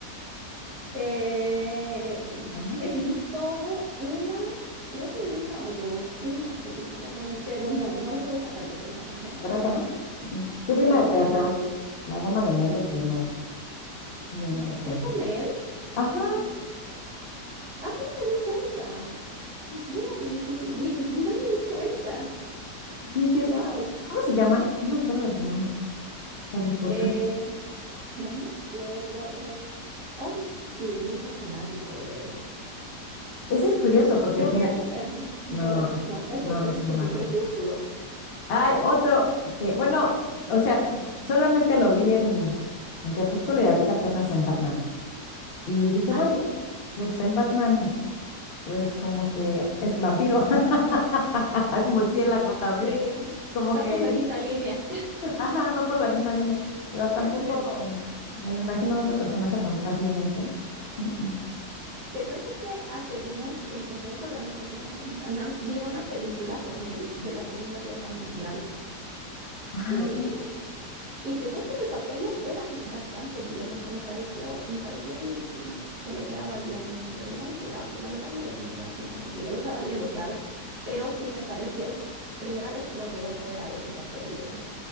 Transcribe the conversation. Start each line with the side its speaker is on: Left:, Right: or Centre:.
Right: Eh,
Left: ¿Se llama?
Right: he visto una, creo que una o dos, una película con él, pero no, no lo puedo sacar del personaje, la
Left: ¿Verdad
Right: verdad.
Left: que no? Mm, mm. Yo vi
Right: No,
Left: una de terror,
Right: para nada.
Left: La Dama de Negro se llamaba, y una de terror.
Right: ¿Es con él?
Left: Ajá,
Right: Ah, no me di cuenta. Mira, ni, ni- ni- no me di cuenta.
Left: sí, sí es.
Right: Wow.
Left: cu- ¿Cómo se llama? No me acuerdo de su nombre, Harry Potter.
Right: Eh, no me acuerdo, es... Oh, sí, y mi hijo es fanático de él.
Left: Ese es curioso porque,
Right: Robert,
Left: mira,
Right: eh, no, Robert,
Left: no,
Right: no, ese
Left: no,
Right: es, ese
Left: no se
Right: es
Left: llama
Right: el de
Left: Ron.
Right: Crepúsculo.
Left: Hay otro que, bueno, o sea, solamente lo vi en, en Crepúsculo y ahorita apenas en Batman. Y dije,
Right: Ah,
Left: bueno,
Right: sí,
Left: pues en Batman, pues como que es vampiro, <laughs> es murciélago también,
Right: sí,
Left: como
Right: va
Left: que,
Right: por la misma línea.
Left: ajá, va por la misma línea, pero tampoco
Right: Está en el mismo.
Left: me lo imagino en otro personaje tan fácilmente. Mm, mm.
Right: Te cuento que hace unos, eh, me estoy acordando que hace una semana vi una película con él de la Segunda Guerra Mundial.
Left: Ah,
Right: Eh, y te cuento que el papel le queda bi- bastante bien, o sea, me pareció, me pareció bien, mm, que le quedaba bien, que él era un soldado. La verdad me dormí al final porque ya lo estaba viendo tarde, pero sí me pareció, primera vez que lo veo fuera de ese papel de,